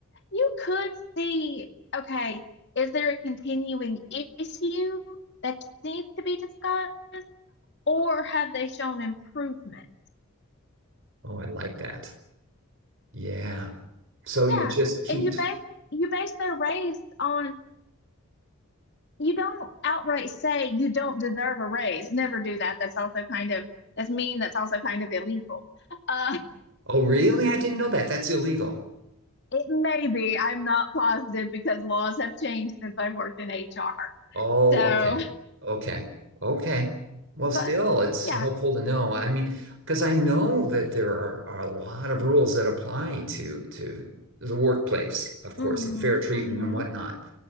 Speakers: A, on the left; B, on the right.
A: you could see, okay, is there a continuing issue that needs to be discussed, or have they shown improvement?
B: Oh, I like that. Yeah. So
A: Yeah,
B: you just keep,
A: and you base you base their raise on you don't outright say you don't deserve a raise. Never do that. That's also kind of that's mean. That's also kind of illegal. Uh,
B: oh, really? I didn't know that. That's illegal.
A: <laughs> it may be. I'm not positive because laws have changed since I worked in HR.
B: Oh,
A: So,
B: okay. Okay. Okay. Well, still,
A: but
B: it's
A: yeah.
B: helpful to know. I mean, because I know that there are, are a lot of rules that apply to to the workplace, of course,
A: Mm-hmm.
B: and fair treatment
A: Mm-hmm.
B: and whatnot.